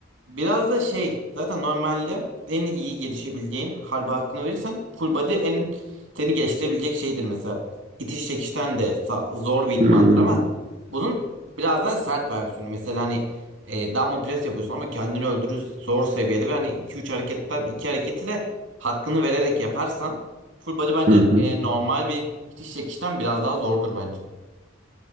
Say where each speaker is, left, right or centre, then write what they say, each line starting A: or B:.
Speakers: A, on the right; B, on the right.
A: biraz da şey zaten normalde en iyi gelişebileceğin harbi hakkını verirsen full body en seni geliştirebilecek şeydir mesela. İtiş çekişten de sa- zor bir idmandır
B: Hmm,
A: ama bunun biraz daha sert versiyonu. Mesela hani e, dumbbell press yapıyorsun ama kendini öldürür zor seviyede ve hani iki üç hareketten 2 hareketi de hakkını vererek yaparsan full body bence
B: Hı hı.
A: e, normal bir itiş çekişten biraz daha zordur bence.